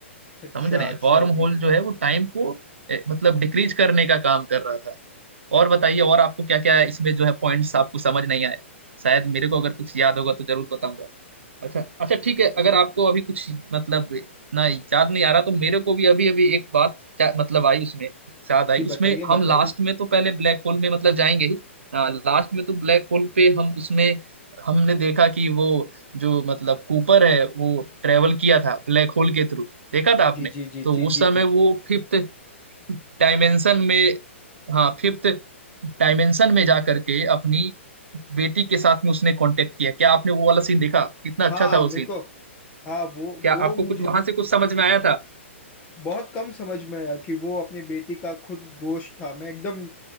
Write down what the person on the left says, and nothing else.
अच्छा
अच्छा
जी
जी
बताइए
बताइए
जी जी जी
जी
जी
जी
हाँ
मेरे
को हाँ वो
वो
मुझे
बहुत कम समझ में आया कि वो अपनी बेटी का खुद गोश्त था मैं एकदम